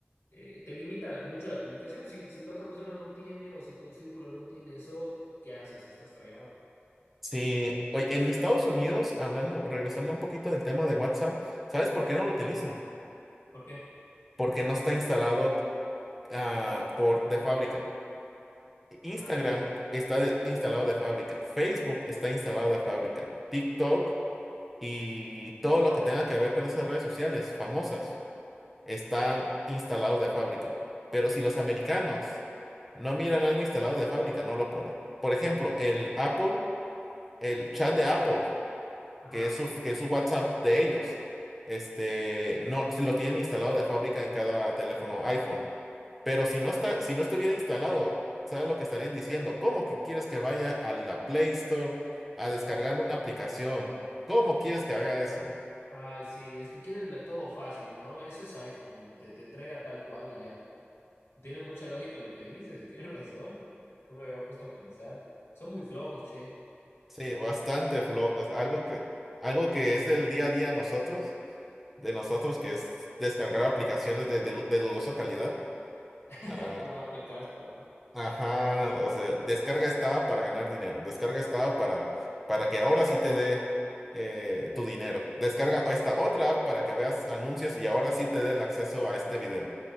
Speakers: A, on the left; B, in the centre.
A: eh, te limita mucho la comunicación. Si, si la otra persona no tiene o si tu círculo no tiene eso, ¿qué haces? Estás fregado.
B: sí. Oye, en Estados Unidos, hablando, regresando un poquito del tema de WhatsApp, ¿sabes por qué no lo utilizan?
A: ¿Por qué?
B: Porque no está instalado ah, por de fábrica. Instagram
A: Ah,
B: está de- instalado de fábrica. Facebook está instalado de fábrica. TikTok y todo lo que tenga que ver con esas redes sociales famosas están instalados de fábrica. Pero si los americanos no miran algo instalado de fábrica, no lo ponen. Por ejemplo, el Apple, el chat de Apple,
A: ajá.
B: que es su, que es su WhatsApp de ellos, este, no, si lo tienen instalado de fábrica en cada teléfono iPhone. Pero si no
A: Claro.
B: está, si no estuviera instalado, ¿sabes lo que estarían diciendo? ¿Cómo que quieres que vaya a la Play Store a descargar una aplicación? ¿Cómo quieres que haga eso?
A: Ay, sí, es que quieren la- todo fácil, ¿no? Eso es iPhone, te, te entrega tal cual y ya. Tiene mucha lógica lo que dices, <laughs> tienes razón. No me había puesto a pensar. Son muy flojos, che.
B: Sí, bastante flojos. Algo que, algo que es el día a día nosotros, de nosotros, que es descargar aplicaciones de, de- de dudosa calidad.
A: <laughs>
B: Ah,
A: Pura APKs por ahí.
B: ajá, o sea, descarga esta app para ganar dinero. Descarga esta app para, para que ahora sí te dé eh, tu dinero. Descarga esta otra app para que veas anuncios y ahora sí te dé el acceso a este video